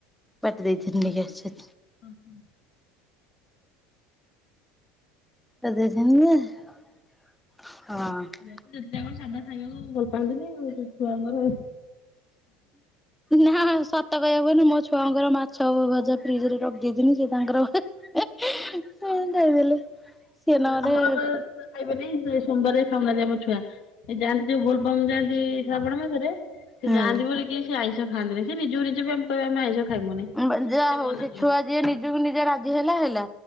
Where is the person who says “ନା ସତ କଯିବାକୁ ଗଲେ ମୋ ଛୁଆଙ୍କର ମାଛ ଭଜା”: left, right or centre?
Centre